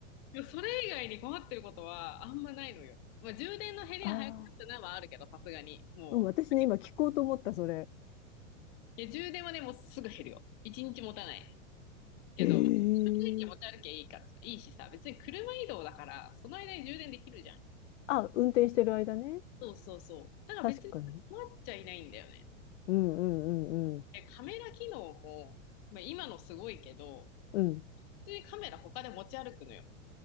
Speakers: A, on the left; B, on the left.
A: でもそれ以外に困ってることはあんまないのよ。まあ、充電の減りが早くなったのはあるけど、
B: あ、
A: さすがに。もう。
B: うん、私ね、今聞こうと思った、それ。
A: いや、充電はね、もうすぐ減るよ。一日持たない。けど、
B: ええ
A: まあ充電器持ち歩きゃいいからさ、いいしさ、別に車移動だから、その間に充電できるじゃん。
B: あ、運転してる間ね。
A: そうそうそう。だから別に困っちゃいないんだよね。
B: 確かに。うんうんうんうん。
A: え、カメラ機能も、まあ、今のすごいけど、
B: うん。
A: 普通にカメラ他で持ち歩くのよ。